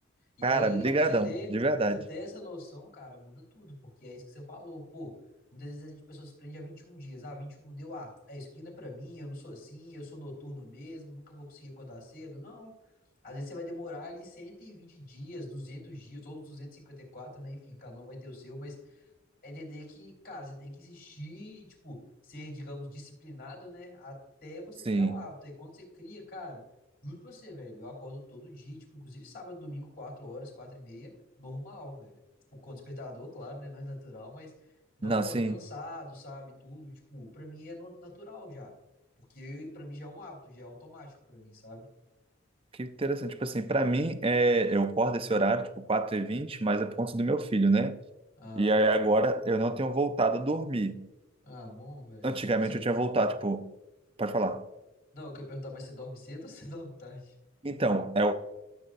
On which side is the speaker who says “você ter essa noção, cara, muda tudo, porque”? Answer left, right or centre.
Left